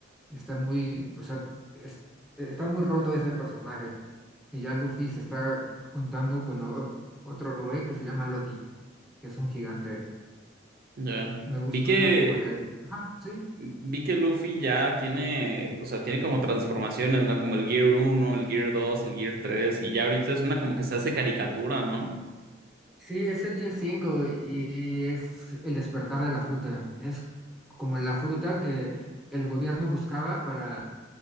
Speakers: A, in the centre; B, on the right.
A: Está muy, o sea, es- está muy roto ese personaje. Y ya Luffy se está juntando con o- otro güey que se llama Loki, que es un gigante.
B: Ya.
A: Me gusta
B: Vi que
A: porque, ajá, sí,
B: vi que Luffy ya tiene, o sea, tiene como transformaciones, ¿no? Como el Gear uno el Gear dos el Gear tres y ya ahorita es una como que se hace caricatura, ¿no?
A: sí, es el Gear cinco y es el despertar de la fruta. Es como la fruta que el gobierno buscaba para